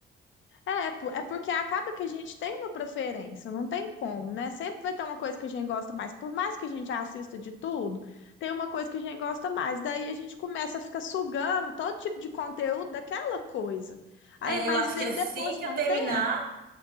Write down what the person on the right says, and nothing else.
É,
eu acho
que assim
que
eu terminar,